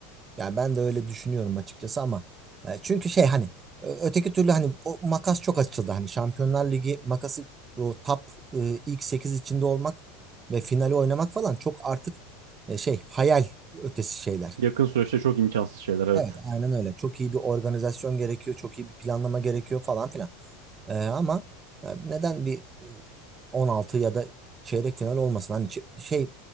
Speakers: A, on the right; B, on the right.
A: Yani ben de öyle düşünüyorum açıkçası ama e, çünkü şey hani ö- öteki türlü hani o makas çok açıldı. Hani Şampiyonlar Ligi makası o top e, ilk 8 içinde olmak ve finali oynamak falan çok artık e, şey hayal ötesi şeyler.
B: Yakın süreçte çok imkansız şeyler evet.
A: Evet, aynen öyle. Çok iyi bir organizasyon gerekiyor, çok iyi bir planlama gerekiyor falan filan. Ee, ama e, neden bir e, 16 ya da çeyrek final olmasın? Hani ç- şey